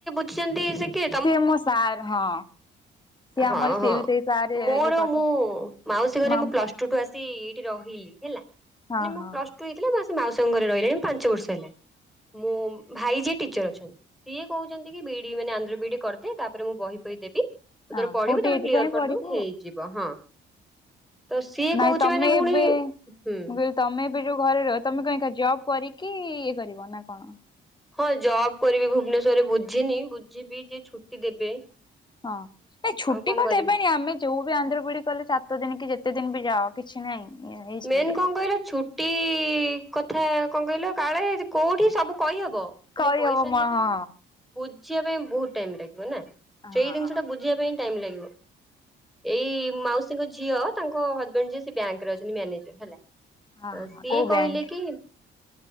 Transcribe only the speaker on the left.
ସେ ମୋର ସାର ହଁ। ସିଏ ଆମର
ସିଏ
ବି ସେଇ ସାର୍ ଇଏ
କରିଥିଲେ।
ମାମ୍
ହଁ
ହଁ
ହଁ
ଓଟିଇଟି
ପାଇଁ
ପଢିବୁ
ନାଇଁ
ତମେ
ଏବେ
ମୁଁ କହିଲି ତମେ ବି ଯୋଉ ଘରେ ରହ ତମେ କଁ ଜବ କରିକି ଇଏ କରିବ ନା କଣ?
ହଁ ଏ ଛୁଟି
କଣ
ଦେବେନି ଆମେ ଯୋଉ ବି ଆନ୍ଧ୍ର ବି ଇ ଡି କଲେ ସାତ ଦିନ କି ଯେତେ ଦିନ ବି ଯାଅ କିଛି ନାହିଁ। ଇଏ ହେଇଯିବ
ଦେଇଦେବେ
କହିହବ
ମା
ହଁ
ହଁ
ହଁ
ହଁ ହଁ
କୋଉ ବ୍ୟାଙ୍କ?